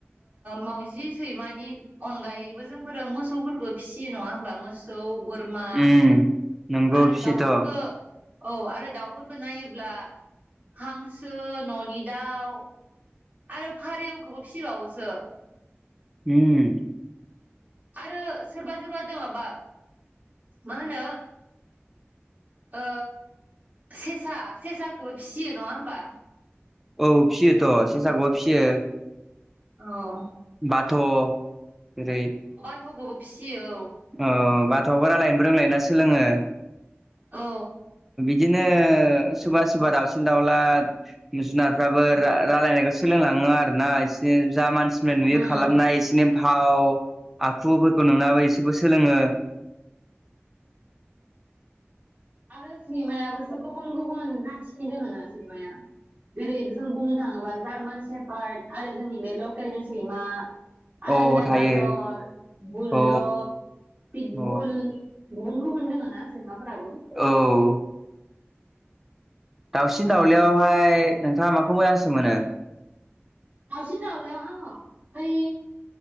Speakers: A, on the right; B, in the centre.
A: माउजि सैमानि अनगायैबो जोंफोरो मोसौफोरखौ फिसियो नङा होमबा मोसौ बोरमा
B: उम नोंगौ
A: आरो
B: फियोथ'
A: दाउफोरखौ
B: औ
A: औ आरो दाउफोरखौ नाय नायोब्ला हांसो न'नि दाउ आरो फारेवखौबो फिसिबावोसो
B: उम
A: आरो सोरबा सोरबा दङाबा मा होनो ओ सेसा सेसाखौबो फिसियो नङा होमबा
B: औ फिसियोथ' सेसाखौबो फिसियो
A: औ
B: बाथ' ओेरै
A: थौखौबो फिसियो
B: ओ‌ बाथ'आबो रायलायनोबो रोंलायना सोलोङो
A: औ
B: बिदिनो सोरबा सोरबा दाावसिन दाउला जुनारफ्राबो रायलायनायखौ सोलोंलाङो आरोना एसे जा मानसि मानसि नुयो
A: उम
B: खालामनाय एसिनि भाव आखुफोरखौ <unintelligible> सोलोङो
A: आरो सिनेमायाबोसो गुबुन गुबुन जाथिनो दङोना सैमाया जेरै जों बुंनो थाङोबा जार्मान सेपार्ट आरो जोंनि बे लकेलनि सैमा आरो
B: औ
A: लेब्रादर
B: थायो
A: बुलदक
B: औ
A: पिकबुल
B: औ
A: गुबुन गुबुन दङना सैमाफोराबो
B: औ दाउसिन दाउलियावहाय नोंथाङा माखौ मोजांसिन मोनो
A: दावउसिन दाउलायाव आङ ओइ